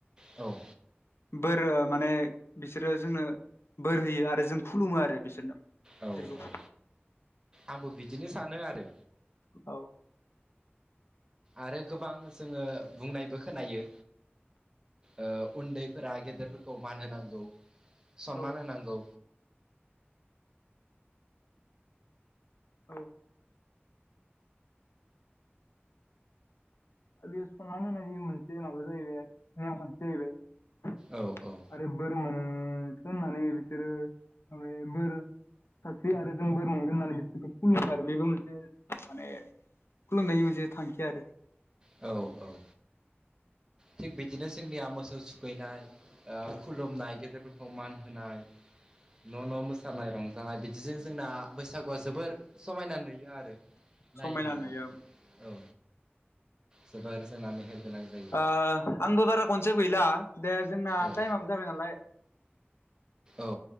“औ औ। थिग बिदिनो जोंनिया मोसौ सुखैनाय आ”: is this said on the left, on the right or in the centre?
Right